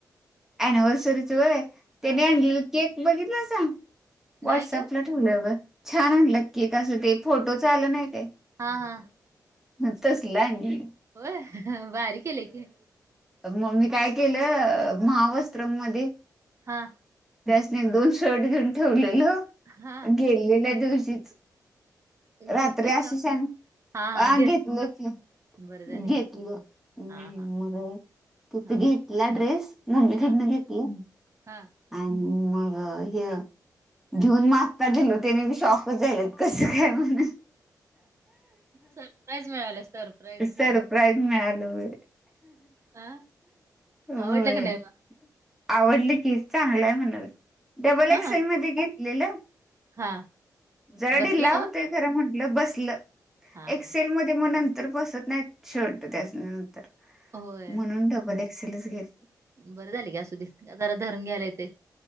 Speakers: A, in the centre; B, on the right.
A: अनिव्हर्सरीच व्हय, त्याने
B: हा
A: अणलेला केक बघितला सां. व्हॉट्सअपला
B: नाही ग
A: ठेवलं ब छान आणलं की तसं ते फोटो च आलं नाही ते
B: हा हा
A: ह तसल आणलंय
B: हो भारी केले की
A: मग मी काय केलं
B: हा
A: महावस्त्रममध्ये
B: हा
A: त्यासने दोन शर्ट घेऊन ठेवलेलं
B: हा.
A: गेलेल्या दिवशीच
B: घेतलीस
A: रात्री असे
B: ना
A: सांग
B: हा हा
A: ह
B: घेत
A: घेतलं
B: बरं झाले
A: घेतलं
B: घे
A: हम्
B: हा हा
A: मग तू
B: हा
A: त घेतला ड्रेस मम्मीकडे
B: हा
A: घेतला
B: हा
A: आणि मग हे घेऊन मग आता दिलो. त्येनी बी शॉकच झालीत. कस काय म्हण.
B: सरप्राईज मिळालं सरप्राईज
A: सर परप्राइझ मिळालय
B: हा
A: होय
B: आवडलं का नाही मग
A: आवडली की चांगलं आहे म्हण डब्बल एक्सेल
B: हा
A: मध्ये घेतलेलं
B: हा
A: जरा
B: बसलं
A: ढिल्ला
B: ना
A: होता र म्हटलं बसेल
B: हा
A: एक्सेल
B: हा
A: मध्ये मग नंतर बसत नाही शर्ट त्या नंतर
B: होय
A: म्हणून डबल एक्सेलच घेत
B: बरं झाले का असुदे जरा धरून घ्यायला येते